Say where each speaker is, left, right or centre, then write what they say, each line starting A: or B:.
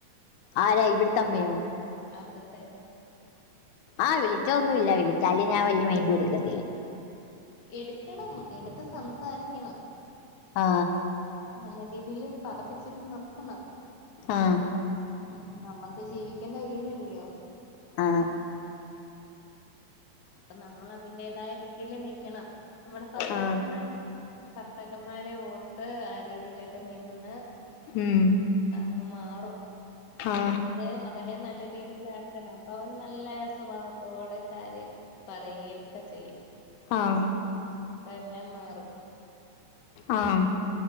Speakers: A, on the left (about 85°); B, on the left (about 65°).
A: ആരാ ഇവിട്ത്ത അമ്മയോ
B: അവ്ട്ത്തെ
A: ആഹ വിളിച്ച ഒന്നുമില്ല വിളിച്ചലും ഞാൻ വല്യ മൈൻഡ് കൊടുക്കത്തില്ല
B: എടുക്കണം എടുത്ത് സംസാരിക്കണം
A: ആ
B: നല്ല രീതിയില് പത്തപ്പിച്ചൊക്കെ നിർത്തണം
A: ആഹ
B: ഉ നമ്മക്ക് ജീവിക്കേണ്ട വീടല്ലയോ
A: ആ
B: അപ്പൊ നമ്മൾ അതിന്റേതായ രീതീല് നിക്കണം നമ്മുടെ ഭർത്താക്കന്മാരെ
A: ആ
B: ഭർത്താക്ക ക്കന്മാരെ ഓർത്ത് ആ രീതിയില്ലോ ഒക്കെ നിന്ന്
A: ഉം
B: അങ്ങ് മാറും
A: ആ
B: അവരെ അവരെ നല്ല രീതിൽ ആക്കണം അപ്പൊ അവ നല്ല സ്വഭാവത്തോടെ കാര്യം പറയെമ് ഒക്കെ ചെയ്യും
A: ആഹ
B: അപ്പ എല്ലാം മാറും
A: ആഹ